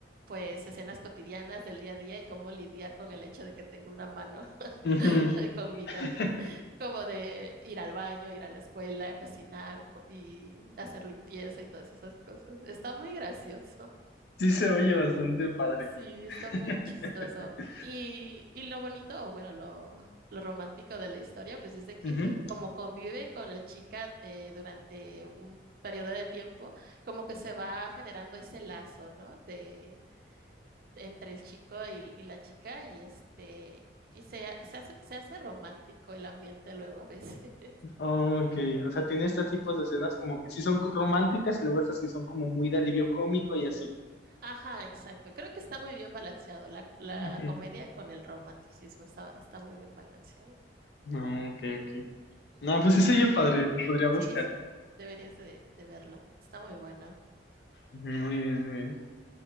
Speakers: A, on the right (about 50°); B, on the left (about 60°).
A: pues escenas cotidianas del día a día y cómo lidiar con el hecho de que tenga una mano <laughs>
B: ujú.
A: con Midori,
B: <laughs>
A: como de ir al baño, ir a la escuela, cocinar co- y hacer limpieza y todas esas cosas. Está muy gracioso.
B: Sí se oye bastante padre.
A: Sí, está
B: <laughs>
A: muy chistoso. Y, y lo bonito, o bueno, lo, lo romántico de la historia, pues es de que
B: Ujú.
A: como convive con la chica eh, durante un periodo de tiempo, como que se va generando ese lazo, ¿no? De, de entre el chico y, y la chica y este, y se, ha- se hace, se hace romántico el ambiente luego a veces. <laughs>
B: Ok, o sea, tiene estos tipos de escenas como que sí son románticas y luego estas que son como muy de alivio cómico y así.
A: Ajá, exacto. Creo que está muy bien balanceado la, la
B: Ujú.
A: comedia con el romanticismo, está, está muy bien balanceado.
B: No, ok, ok. No, pues ese oye padre, lo podría
A: Sí,
B: buscar.
A: sí, deberías de, de verlo. Está muy bueno.
B: Ujú, Muy bien, muy bien.